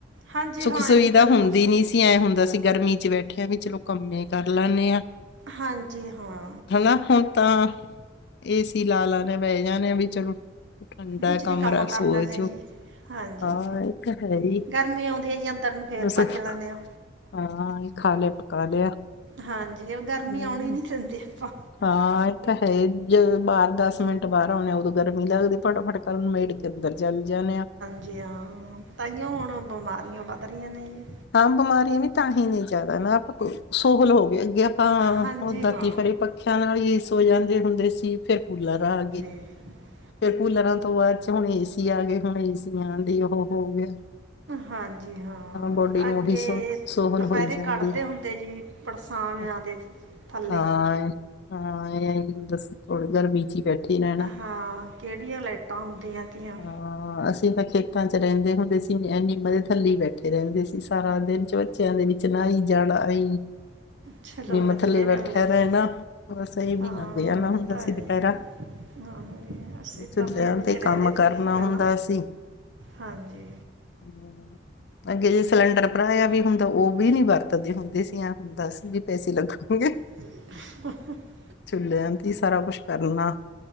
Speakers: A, on the right; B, on the left.
A: ਹਾਂਜੀ
B: ਸੁਖ
A: ਹਾਂ
B: ਸੁਵਿਧਾ
A: ਇਹੀ ਗੱਲ
B: ਹੁੰਦੀ
A: ਹੋ ਸਕਦੀ
B: ਨੀ ਸੀ, ਐਂ ਹੁੰਦਾ ਸੀ ਗਰਮੀ ਚ ਬੈਠੇ। ਮੈ ਆ ਵੀ ਚਲੋ, ਕੰਮੇ ਕਰ ਲੈਂਦੇ ਆ।
A: ਹਾਂਜੀ, ਹਾਂ।
B: ਹਨਾ, ਹੁਣ ਤਾਂ ਏਸੀ ਲਾ ਲਾਣੇ ਬਹਿ ਜਾਣੇ ਆ ਵੀ ਚਲੋ। ਠੰਡਾ
A: ਵਿੱਚ
B: ਏ ਕਮਰਾ
A: ਦੀ ਕੰਮ ਕਰ
B: ਸੁਵੇ
A: ਲੈਂਦੇ
B: ਚ।
A: ਜੀ ਹਾਂਜੀ
B: ਹਾਂ ਇਹ ਤਾਂ ਹੈ ਹੀ,
A: ਗਰਮੀ ਆਉਂਦੀ ਹੈ ਜੀ ਅੰਦਰ ਨੂੰ ਫੇਰ
B: ਬਸ
A: ਭੱਜ
B: ਇਕ
A: ਲੈਂਦੇ ਆ
B: ਹਾਂ ਖਾ ਲਿਆ ਪਕਾ ਲਿਆ
A: ਹਾਂਜੀ ਉਹ ਗਰਮੀ
B: ਹੂ
A: ਆਉਣੀ ਨਹੀਂ ਦਿੰਦੇ ਆਪਾਂ
B: ਹਾਂ ਇਹ ਤਾਂ ਹੈ ਜੋਂ ਬਾਹਰ ਦਸ ਮਿੰਟ ਬਾਹਰ ਆਉਣੇ ਉਦੋਂ ਗਰਮੀ ਲੱਗਦੀ ਫਟਾਫਟ ਕਰਨ ਮੇੜ ਕੇਦ ਜੰ ਜਾਣ ਆ
A: ਜੀ ਹਾਂ ਤਾਂਹੀਓ ਹੁਣ ਬਿਮਾਰੀਆਂ ਵੱਧ ਰਹੀਆਂ ਨੇ ਜੀ
B: ਹਾਂ ਬਿਮਾਰੀਆਂ ਵੀ ਤਾਂ ਹੀ ਨਹੀਂ ਜ਼ਿਆਦਾ ਨਾ, ਆਪ ਸੋਹਲ ਹੋ ਗਏ ਅੱਗੇ ਆਪਾਂ ਹਾਂ
A: ਹਾਂਜੀ
B: ਉਹ ਦਾਤੀ
A: ਹਾਂ
B: ਫੜ ਪੱਖਿਆਂ ਨਾਲ ਹੀ ਸੋ ਜਾਂਦੇ ਹੁੰਦੇ ਸੀ ਫੇਰ ਕੂਲਰ ਆ ਗਏ
A: <inaudible>
B: ਫਿਰ ਕੂਲਰਾਂ ਤੋਂ ਬਾਅਦ ਚ ਹੁਣ ਏਸੀ ਆ ਗਏ ਹੁਣ ਏਸੀਆਂ ਦੀ ਉਹ ਹੋ ਗਿਆ
A: ਹਾਂਜੀ ਹਾਂ
B: ਬੋਡੀ ਨੂੰ
A: ਅੱਗੇ
B: ਉਹੀ ਸੋ ਸੋਹਲ
A: ਦੁਪਹਿਰੇ
B: ਹੋਈ ਜਾਂਦੀ
A: ਕੱਢਦੇ ਹੁੰਦੇ ਜੀ ਪੜਸਾਵਿਆਂ
B: ਹੈ
A: ਦੇ ਥੱਲੇ
B: ਹਾਂ ਹਾਂ ਦੱਸ ਥੋੜੀ ਗਰਮੀ ਚ ਹੀ ਬੈਠੇ ਰਹਿਣਾ
A: ਹਾਂ ਕਿਹੜੀਆਂ ਲਾਈਟਾਂ ਹੁੰਦੀਆਂ ਹੁੰਦੀਆਂ ਗਈਆਂ
B: ਹਾਂ ਅਸੀਂ ਤਾਂ ਖੇਤਾਂ ਚ ਰਹਿੰਦੇ ਹੁੰਦੇ ਸੀ ਇ ਨਮਦੇ ਥੱਲੀ ਬੈਠੇ ਇਕਠੇ ਰਹਿੰਦੇ ਸੀ ਸਾਰਾ ਦਿਨ ਚ ਬੱਚਿਆਂ ਦੇ ਵਿੱਚ ਚਨਾਈ ਜਾਣਾ ਅਈ
A: ਚਲੋ
B: ਨਿਮ
A: ਵਧੀਆ
B: ਥੱਲੇ ਬੈਠਿਆ
A: ਗੱਲ ਹੈ ਜੀ
B: ਰਹਿਣਾ ਬਸਹੀ ਵੀ
A: ਹਾਂ
B: ਲਦੇ ਆ ਹੁੰਦਾ
A: ਇਹ ਤਾਂ ਹੈ
B: ਸੀ ਦੁਪਹਿਰਾ
A: ਜੀ ਹਾਂਜੀ ਅਸੀਂ
B: ਚੁੱਲਿਆਂ
A: ਤਾਂ ਪਿੰਡ ਵਿੱਚ
B: ਤੇ ਹੀ
A: ਰਹਿੰਦੇ
B: ਕੰਮ
A: ਸੀ
B: ਕਰਨਾ
A: ਪਹਿਲਾਂ
B: ਹੁੰਦਾ ਸੀ
A: ਹਾਂਜੀ
B: ਹੂ ਅੱਗੇ ਜੇ ਸਿਲੰਡਰ ਭਰਾਇਆ ਵੀ ਹੁੰਦਾ ਉਹ ਵੀ ਨੀ ਵਰਤਦੀ ਹੁੰਦੀ ਸੀ ਹੁਣ, ਦੱਸ ਵੀ ਪੈਸੇ ਲੱਗਣਗੇ
A: <inaudible>
B: ਚੁ੍ਹਿਆਂ ਤੇ ਈ ਸਾਰਾ ਕੁਛ ਕਰਨਾ